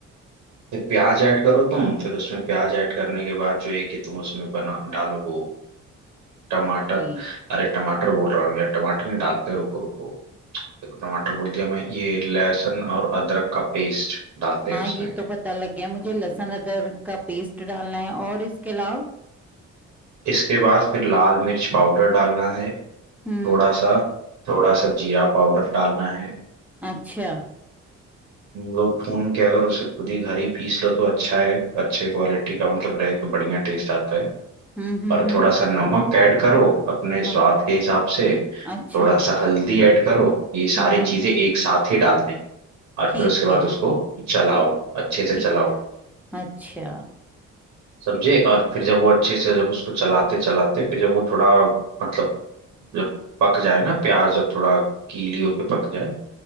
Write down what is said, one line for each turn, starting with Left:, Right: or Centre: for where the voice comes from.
Right: फिर प्याज ऐड करो तुम फिर उसमें प्याज ऐड करने के बाद जो है कि तुम उसमें बना डालो वो टमाटर
Centre: ठीक
Right: अरे टमाटर बोल रहा हूँ यार टमाटर नहीं डालते रुको रुको देखो टमाटर बोल दिया मैं ये लहसुन और अदरक का पेस्ट डालते
Centre: हाँ
Right: हैं उसमें
Centre: ये तो पता लग गया मुझे लहसुन अदरक का पेस्ट डालना है और इसके अलावा
Right: इसके बाद फिर लाल मिर्च पाउडर डालना है
Centre: हम्म
Right: थोड़ा सा थोड़ा सा जीरा पाउडर डालना है
Centre: अच्छा
Right: वो भून के अगर उसे खुद ही घर ही पीस लो तो अच्छा है अच्छे क्वालिटी का मतलब रहे तो बढ़िया टेस्ट आता है
Centre: हम्म हम्म
Right: और
Centre: हम्म
Right: थोड़ा सा नमक ऐड करो अपने स्वाद
Centre: हाँ,
Right: के हिसाब से
Centre: अच्छा
Right: थोड़ा सा हल्दी ऐड करो ये सारी
Centre: हम्म
Right: चीजें एक साथ ही डालते हैं और
Centre: ठीक
Right: फिर उसके बाद
Centre: है
Right: उसको चलाओ अच्छे से
Centre: ठीक
Right: चलाओ
Centre: अच्छा
Right: समझे और फिर जब वो अच्छे से जब उसको चलाते चलाते फिर जब वो थोड़ा मतलब जब पक जाए ना प्याज जब थोड़ा गीली होके पक जाए